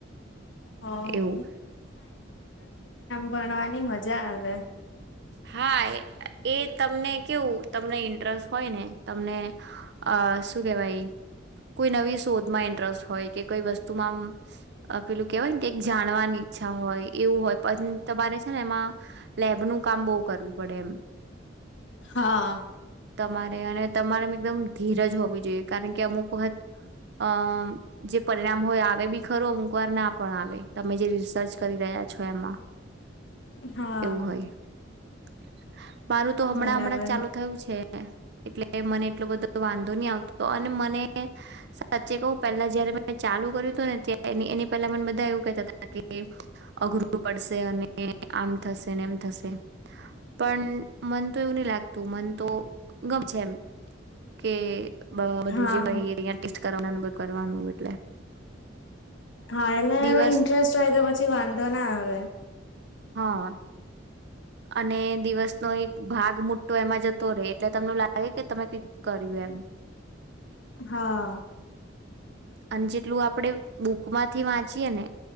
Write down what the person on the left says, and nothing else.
<unintelligible>
ભણવાની મજ જા આવે.
હા
હા
બરાબર
હા
હા એટલે
એ ઇન્ટરેસ્ટ હોય કે પછી વાંધો ના આવે
હા